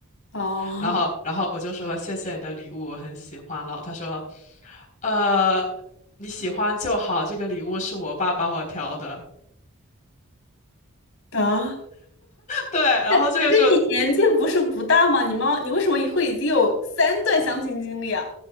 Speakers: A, on the left; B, on the left.
A: 啊！
B: 然后然后我就说谢谢你的礼物，我很喜欢，然后他说，呃。你喜欢就好，这个礼物是我爸帮我挑的。
A: 啊
B: 对，然后这个就第，
A: 可是你年纪不是不大吗？你妈妈，你为什么会已经有三段相亲经历啊？